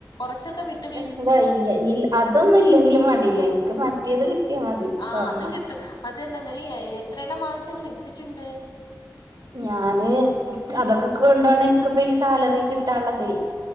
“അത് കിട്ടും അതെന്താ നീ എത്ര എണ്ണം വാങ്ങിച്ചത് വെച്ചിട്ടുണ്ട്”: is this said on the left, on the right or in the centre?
Left